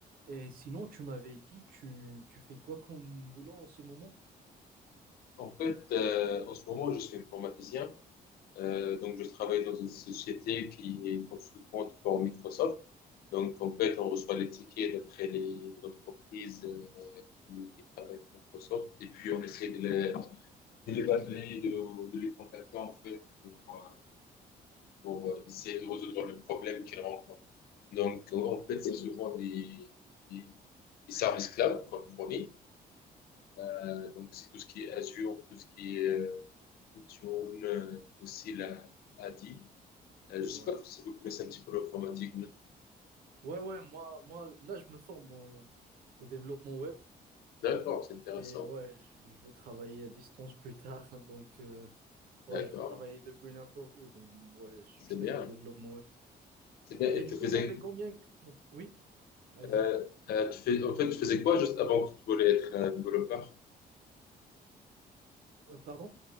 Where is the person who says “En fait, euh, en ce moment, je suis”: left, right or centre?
Left